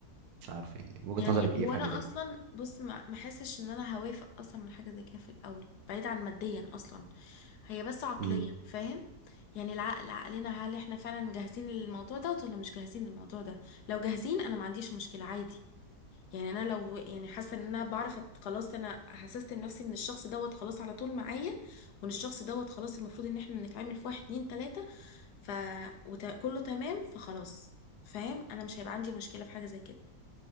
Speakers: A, on the right; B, on the left.
A: مش عارف يعني وجهه
B: يعني
A: نظرك ايه
B: هو
A: في
B: انا
A: حاجه زي
B: اصلا
A: كده
B: بص ما ما حسش ان انا هوافق اصلا من حاجه زي كده في الاول بعيد عن ماديا اصلا هي بس عقليا
A: امم
B: فاهم يعني العقل عقلنا هل احنا فعلا جاهزين للموضوع ده ولا مش جاهزين للموضوع ده لو جاهزين انا ما عنديش مشكله عادي يعني انا لو يعني حاسه ان انا بعرف أت- خلاص انا حسست نفسي ان الشخص دوت خلاص على طول معايا وان الشخص دوت خلاص المفروض ان احنا نتعامل في واحد اتنين تلاته ف وت... كله تمام فخلاص فاهم انا مش هيبقى عندي مشكله في حاجه زي كده